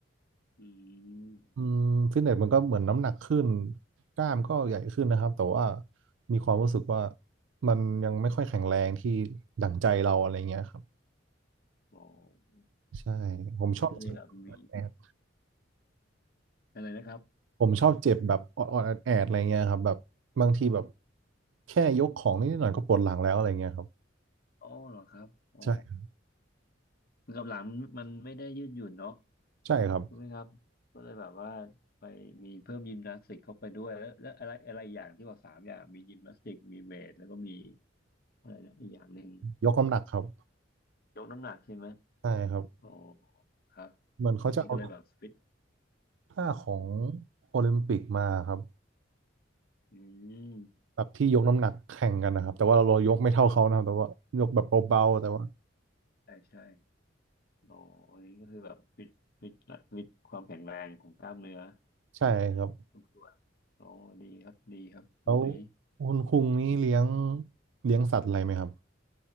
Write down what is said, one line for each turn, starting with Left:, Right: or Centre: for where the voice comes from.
Left: อืม
Right: อืมฟิตเนสมันก็เหมือนน้ำหนักขึ้นกล้ามก็ใหญ่ขึ้นนะครับแต่ว่ามีความรู้สึกว่ามันยังไม่ค่อยแข็งแรงที่ดั่งใจเราอะไรเงี้ยครับ
Left: อ๋อ
Right: ใช่ผมชอบเจ็บ
Left: อันนี้ก็เลยแบบมี
Right: แอด
Left: อะไรนะครับ
Right: ผมชอบเจ็บแบบออดๆแอดๆอะไรเงี้ยครับแบบบางทีแบบแค่ยกของนิดหน่อยก็ปวดหลังแล้วอะไรเงี้ยครับ
Left: อ๋อเหรอครับอ๋อ
Right: ใช่
Left: มือกับหลังมันไม่ได้ยืดหยุ่นเนาะ
Right: ใช่ครับ
Left: ใช่ไหมครับก็เลยแบบว่าไปมีเพิ่มยิมนาสติกเข้าไปด้วยแล้วแล้วอะไรอะไรอย่างที่บอกสามอย่างมียิมนาสติกมีเวทแล้วก็มีอะไรนะอีกอย่างหนึ่ง
Right: ยกน้ำหนักครับ
Left: ยกน้ำหนักใช่ไหม
Right: ใช่ครับ
Left: โอ้ครับ
Right: เหมือนเขาจะเอา
Left: ตอนนี้ก็เลยแบบฟิต
Right: ถ้าของโอลิมปิกมาครับ
Left: อืม
Right: แบบที่ยกน้ำหนักแข่งกันนะครับแต่ว่าเรายกไม่เท่าเขานะครับแต่ว่ายกแบบเบาๆแต่ว่า
Left: ใช่ใช่โอ้อันนี้ก็คือแบบฟิตฟิตฟิตความแข็งแรงของกล้ามเนื้อ
Right: ใช่ครับ
Left: ทุกส่วนโอ้ดีครับดีครับตรงนี้
Right: แล้วคุณคุงนี่เลี้ยงเลี้ยงสัตว์อะไรไหมครับ